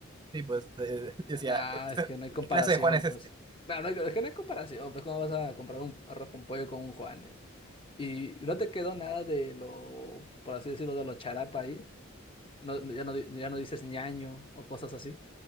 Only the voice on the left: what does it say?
Nah,
es que no hay comparación,
pues.
Claro, no hay- es que no hay comparación, pues, ¿cómo vas a comprar un arroz con pollo con un Juanes? Y no te quedó nada de lo, por así decirlo, de lo charapa ahí. No, ya no, di- ya no dices ñaño o cosas así.